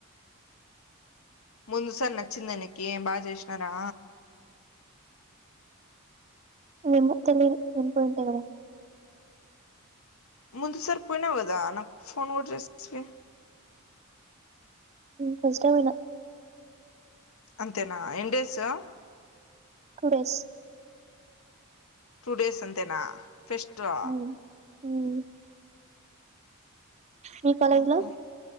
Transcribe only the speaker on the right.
ఎమో తెలియదు వేన్తుంటే కదా.
ఫస్టే ఓయినా.
టూడేస్.
హ్మ్. హ్మ్. మీ
కాలేజ్ల్.